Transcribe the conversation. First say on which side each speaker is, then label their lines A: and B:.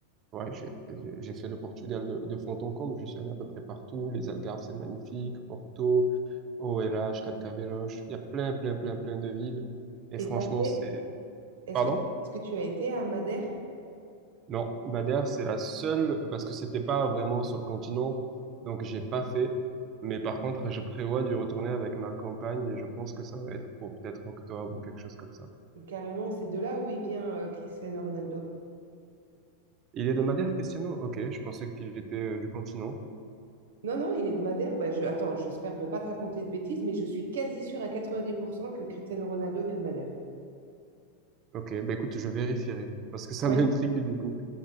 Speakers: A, on the right; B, on the right.
A: ouais, j'ai j'ai- j'ai fait le Portugal de, de fond en comble, je suis allé à peu près partout, les Algarves c'est magnifique, Porto, OLH, Carcavelos, il y a plein, plein, plein, plein de villes et
B: Et
A: franchement,
B: t'as fait,
A: c'est...
B: est-ce
A: Pardon?
B: que, est-ce que tu as été à Madère?
A: Non, Madère, c'est la seule, parce que c'était pas vraiment sur le continent, donc j'ai pas fait. Mais par contre, je prévois d'y retourner avec ma campagne et je pense que ça va être pour peut-être octobre ou quelque chose comme ça.
B: Carrément, c'est de là où il vient euh, Cristiano Ronaldo.
A: Il est de Madère, Cristiano? Ok, je pensais qu'il était euh, du continent.
B: Non, non, il est de Madère. Bah, je... Attends, j'espère ne pas te raconter de bêtises, mais je suis quasi sûre à 90% que Cristiano Ronaldo vient de Madère.
A: Ok, bah écoute, je vérifierai, parce que ça
B: Ouais.
A: <laughs> m'intrigue du coup.